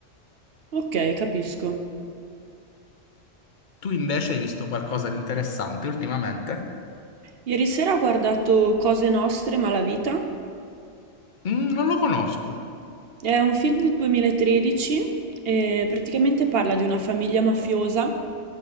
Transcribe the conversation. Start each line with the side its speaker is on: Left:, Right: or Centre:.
Right: Ok, capisco.
Left: Tu invece hai visto qualcosa di interessante ultimamente?
Right: Ieri sera ho guardato Cose Nostre, Malavita.
Left: Mm, non lo conosco.
Right: È un film del 2013 e praticamente parla di una famiglia mafiosa